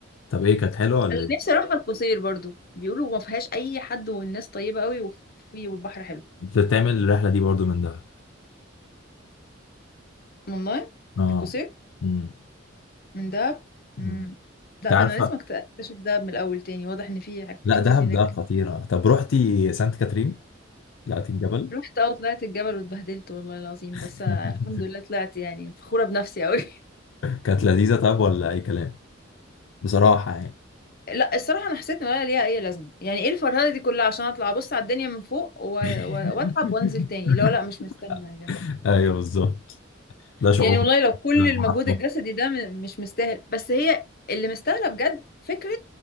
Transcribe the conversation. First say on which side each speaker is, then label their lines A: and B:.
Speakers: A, on the left; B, on the left.
A: طب ايه كانت حلوه ولا
B: انا
A: ايه؟
B: نفسي اروح القصير برضو بيقولوا ما فيهاش اي حد والناس طيبه قوي وفي والبحر حلو
A: انت تعمل الرحله دي برضو من دهب
B: والله
A: اه
B: القصير
A: امم
B: من دهب امم
A: أمم.
B: لا
A: انت عارفه
B: ده انا لازم أكت- اكتشف دهب من الاول تاني واضح ان في حاجات
A: لا
B: كتير
A: دهب
B: هناك
A: دهب خطيره طب روحتي سانت كاترين طلعتي الجبل
B: رحت اه طلعت الجبل واتبهدلت والله العظيم
A: <laughs>
B: بس آه، الحمد لله طلعت يعني فخوره بنفسي قوي <laughs>
A: كانت لذيذه طب ولا اي كلام بصراحه يعني
B: لا الصراحة أنا حسيت إن ولا ليها أي لازمة يعني إيه الفرهدة دي كلها عشان أطلع أبص على الدنيا من فوق و...
A: <laughs>
B: و... وأتعب وأنزل تاني اللي هو لا مش مستاهلة يا جماعة
A: ايوه بالظبط ده شعور
B: يعني والله لو كل
A: لا،
B: المجهود
A: ما أعرفش.
B: الجسدي ده م... مش مستاهل بس هي اللي مستاهلة بجد فكرة